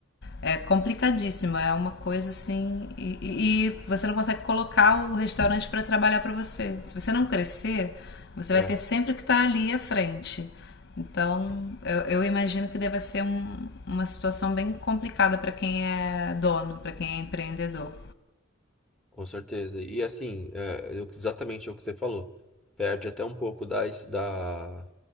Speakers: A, on the left (about 50°); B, in the centre.
A: é complicadíssima, é uma coisa assim. E, e você não consegue colocar o restaurante para trabalhar para você. Se você não crescer, você
B: é,
A: vai ter sempre que estar ali à frente. Então, eu, eu imagino que deva ser um- uma situação bem complicada para quem é dono, para quem é empreendedor.
B: com certeza. E assim, é, eu- exatamente o que você falou, perde até um pouco da, da,